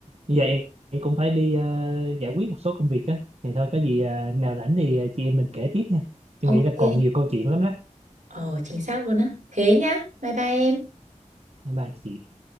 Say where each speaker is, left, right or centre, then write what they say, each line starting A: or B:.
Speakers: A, on the right (about 55°); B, on the right (about 75°).
A: bây giờ em cũng phải đi à, giải quyết một số công việc á thì thôi có gì à, nào rảnh thì à, chị em mình kể tiếp nha
B: ok
A: em nghĩ là còn nhiều câu chuyện lắm đó
B: ờ chính xác luôn á thế nhá bye bye em
A: bye bye chị